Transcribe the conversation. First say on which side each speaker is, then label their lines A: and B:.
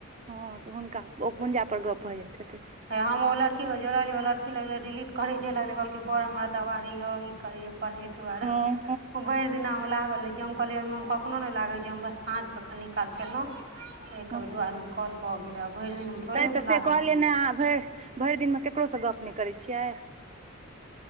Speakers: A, on the right (about 30°); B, on the right (about 55°).
A: हाँ तऽ हुनका ओ गुंजा पर गप भऽ जाइत हेतन
B: हे हम ओ लड़कीे जोड़लियै ओ लड़की लगले डिलीट करी जे लगले कहलकै बड़ हमर दवाारे ये ई करेए तहि दुआरे
A: हँ
B: वो भेर दिना लागल रह जे हम कहलियै ओ मे कखनो नहि लाग छै हम बस साँझ के कनि काल केलहु एक
A: हँ
B: बेर दू आदमी कल भऽ गेलै आ भेर दिन थोड़े
A: नहि
B: ऐ
A: तऽ
B: म हम लागल
A: से कहलियै ने अहाँ भेर भेर दिनमे ककरोसँ गप नहि करैय छियै